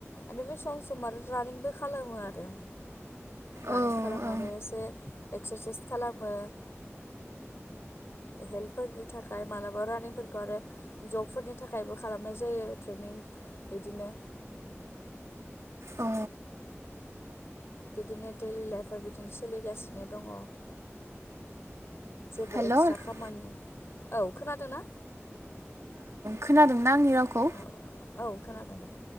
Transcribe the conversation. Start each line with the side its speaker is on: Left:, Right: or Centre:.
Left: एनिफ्राय सम सम आरो रानिंबो खालामो आरो रानिं
Right: औ
Left: खालामनानै
Right: औ
Left: एसे एक्सारसाइस खालामो। हेल्थफोरनि थाखाय मालाबा रानिंफोरखौ आरो जबफोरनि थाखायबो खालामनाय जायो ट्रेनिं बिदिनो।
Right: औ।
Left: बिदिनो देइलि लाइफआ बिदिनो सोलिगासिनो दङ'। जेबो
Right: हेल'
Left: एक्सट्रा
Right: औ
Left: खामानि। औ खोनादो ना?
Right: खोनादों ना आंनि रावखौ
Left: औ औ खोनादों दे‌